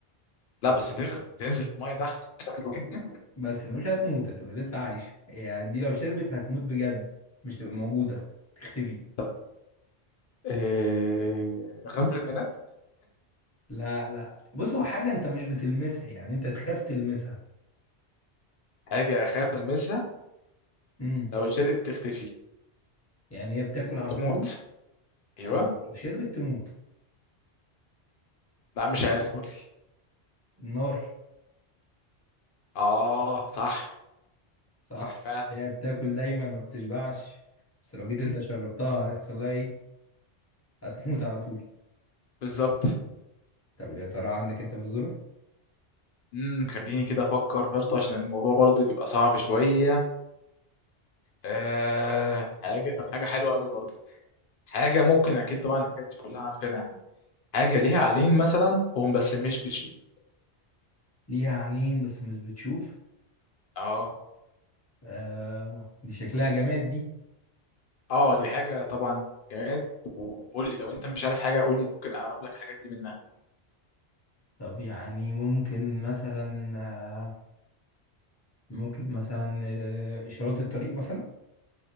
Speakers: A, on the left; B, on the left.
A: لا بس تغرق تنزل في المية تحت <laughs>
B: بس مش هتموت هتبقى لسه عايشة يعني دي لو شربت هتموت بجد مش تبقى موجودة تختفي
A: طب آه، غسل البنات
B: لا لا بص هو حاجة انت مش بتلمسها يعني انت تخاف تلمسها
A: حاجة أخاف ألمسها
B: امم
A: لو شرقت تختفي
B: يعني هي بتاكل على
A: تموت
B: طول
A: أيوه
B: او لو شربت تموت
A: لا مش عارف قول لي
B: النار
A: اه صح
B: صح
A: صح فعلا
B: هي بتاكل دايما ما بتشبعش بس لو جيت
A: مم،
B: انت شربتها هيحصل لها ايه هتموت على طول
A: بالظبط
B: طب يا ترى عندك انت في الزرع
A: امم خليني كده افكر برضه عشان الموضوع برضه بيبقى صعب شويه آه حاجه طب حاجه حلوه قوي برضه حاجه ممكن اكيد طبعا الحاجات دي كلها عارفينها احنا حاجه ليها عينين مثلا وهم بس مش بتشوف
B: ليها عينين بس مش بتشوف
A: اه
B: آه دي شكلها جماد دي
A: اه دي حاجة طبعا جماد وقول لي لو انت مش عارف حاجة قول لي ممكن اقرب لك الحاجات دي منها
B: طب يعني ممكن مثلا آه ممكن مثلا آه إشارات الطريق مثلا